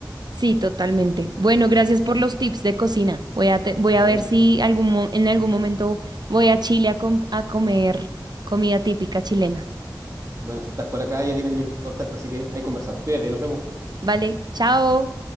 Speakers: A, on the right; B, on the right.
A: Sí, totalmente. Bueno, gracias por los tips de cocina. Voy a, te- voy
B: Bueno,
A: a ver si algún, mo- en algún momento voy a Chile a, com- a comer comida típica chilena.
B: bueno, si estás por acá ya tienes mi contacto, así que ahí conversamos. Cuídate, nos vemos.
A: Vale, chao.